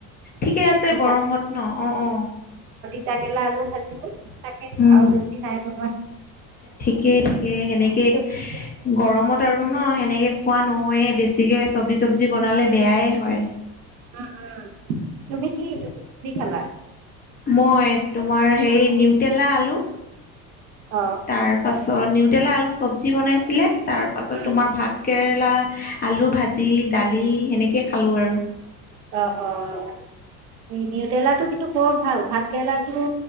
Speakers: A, on the left; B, on the right.
A: ঠিকেই
B: আৰু
A: আছে
B: তিতা
A: গৰমত ন অ অ।
B: তিতা কেৰেলা আলু ভাজিলো তাকে
A: উম
B: আৰু বেছি নাই বনোবা।
A: ঠিকেই ঠিকে সেনেকে
B: তু-
A: গৰমত। টা আৰু ন সেনেকৈ খোৱা নহয়েই বেছিকৈ চব্জি তবজি বনালে বেয়াই হয়।
B: উম উম। তুমি কি দি খালা?
A: মই তোমাৰ হেৰি নিউটেলা আলু।
B: অ
A: তাৰ পাছত নিউটেলা আলু চব্জি বনাইছিলে। তাৰ পাছত
B: অ
A: তোমাৰ ভাত কেৰেলা লা, আলু ভাজি, দালি সেনেকে খালো আৰু।
B: অ অ। <unintelligible> নিউতেলা কিন্তু বৰ ভাল ভাত কেৰেলাটো